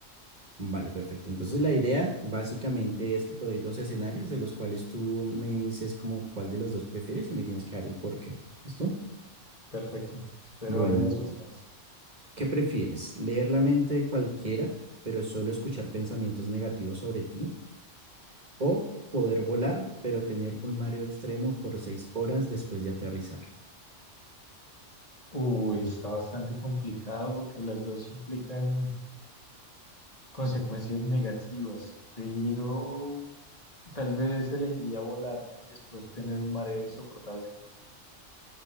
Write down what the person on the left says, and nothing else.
Perfecto. Espero
a ver
las opciones.
Uy, está bastante complicado porque las dos implican consecuencias negativas, pero tal vez elegiría volar y después tener un mareo insoportable.